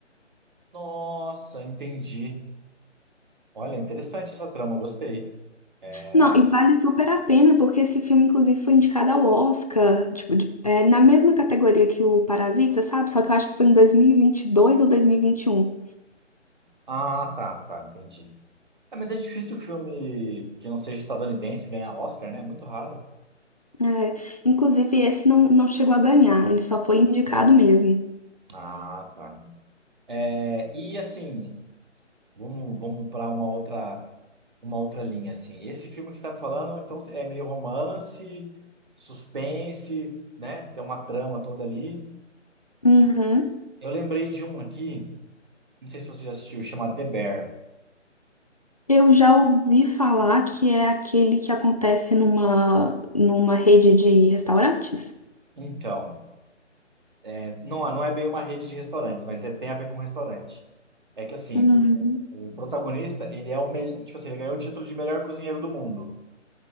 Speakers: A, on the right; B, on the left.
A: Nossa, entendi. Olha, interessante essa trama, gostei. É.
B: Não, e vale super a pena, porque esse filme, inclusive, foi indicado ao Oscar, tipo, de- é, na mesma categoria que o Parasita, sabe? Só que eu acho que foi em dois mil e e vinte e dois ou 2021.
A: Ah, tá, tá, entendi. É, mas é difícil o filme que não seja estadunidense ganhar Oscar, né? É muito raro.
B: É, inclusive, esse não, não chegou a ganhar, ele só foi indicado mesmo.
A: Ah, tá. É, e assim, vamos, vamos para uma outra, uma outra linha assim. Esse filme que você está me falando, então é meio romance, suspense, né? Tem uma trama toda ali.
B: Uhum.
A: Eu lembrei de um aqui, não sei se você já assistiu, chama The Bear.
B: Eu já ouvi falar que é aquele que acontece numa, numa rede de restaurantes?
A: Então, é, não, não é bem uma rede de restaurantes, mas é- tem a ver com restaurante. É que assim,
B: Uhum.
A: o, o protagonista, ele é o melhor, tipo assim, ele ganhou o título de melhor cozinheiro do mundo.